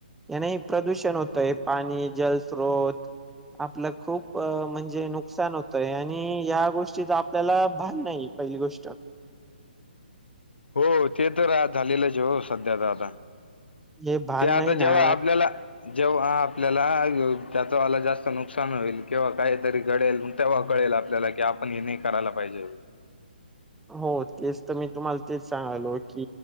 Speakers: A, in the centre; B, on the left.
A: याने प्रदूषण होतय पाणी जलस्रोत आपलं खूप म्हणजे नुकसान होतंय. हम्म या गोष्टीच आपल्याला भान नाहीये. पहिली गोष्ट
B: हो ते तर आज झालेलंच, हो सध्या तर आता दादा
A: हे भान
B: ते आता
A: नाही ना
B: जेव्हा आपल्याला, जेव्हा आपल्याला त्याचा वाला जास्त नुकसान होईल. किंवा काहीतरी घडेल मग, तेव्हा कळेल आपल्याला कि, आपण हे नाही करायला पाहिजे होतं.
A: हो, तेच तर मी तुम्हाला तेच सांगलो. की